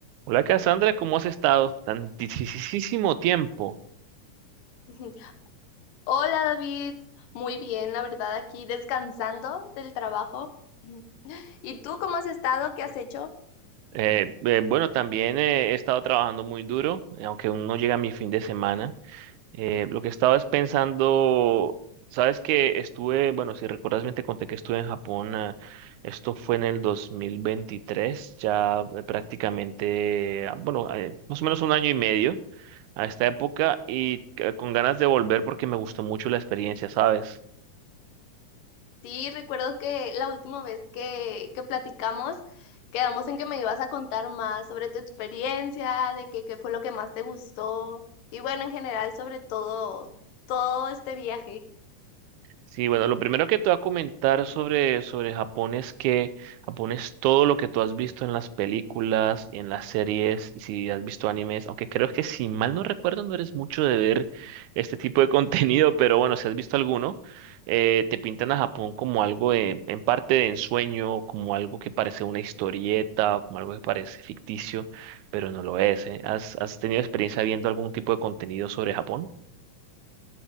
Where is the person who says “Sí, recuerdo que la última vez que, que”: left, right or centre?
Left